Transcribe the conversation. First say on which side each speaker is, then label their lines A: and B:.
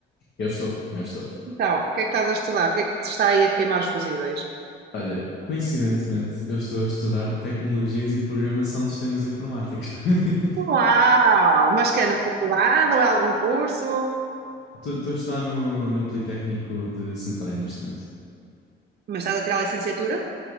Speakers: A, on the left; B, on the right.
A: Eu estou, eu estou.
B: Então, o que é que estás a estudar? O que é que te está aí a queimar os fusíveis?
A: Olha, coincidentemente, eu estou a estudar tecnologias e programação de sistemas informáticos. <laughs>
B: Uau! Mas que é na faculdade ou é algum curso?
A: Estou a estudar no, no Politécnico de Santarém neste momento.
B: Mas estás a tirar a licenciatura?